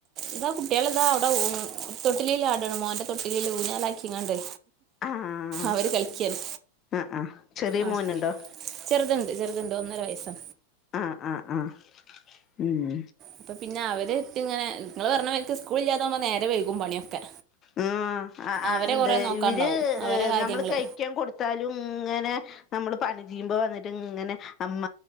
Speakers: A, on the right (about 35°); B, on the left (about 30°).
A: ഇതാ കുട്ട്യാള് ഇതാ അഹുടെ തൊട്ടിലാടാണ് മോന്റെ തൊട്ടിലീല് ഊഞാലാക്കിങ്ങാണ്ട്
B: ആഹ്
A: അവര് കളിക്യാണ്
B: ആഹ് ആഹ് ചെറിയ
A: ആഹ്
B: മോനുണ്ടോ
A: ചെറ്ത്ണ്ട് ചെറുത്ണ്ട് ഒന്നര വയസാ.
B: ആഹ് ആഹ് ആഹ് ഉം.
A: അപ്പൊ പിന്നെ അവര് ഇങ്ങനെ നിങ്ങള് പറഞ്ഞ മാരിക്ക് സ്കൂള് ഇല്ലാതാവുമ്പം നേരം വൈകും പണിയൊക്കെ.
B: ഉം
A: അവരെ
B: എന്താ
A: കൊറേ നോക്കാണ്ടാവും
B: ഇവര്
A: അവരെ കാര്യങ്ങള്
B: നമ്മള് കഴിക്യാൻ കൊടുത്താലും ഇങ്ങനെ നമ്മള് പണി ചെയ്യുമ്പോ വന്നിട്ട് ഇങ്ങനെ അമ്മ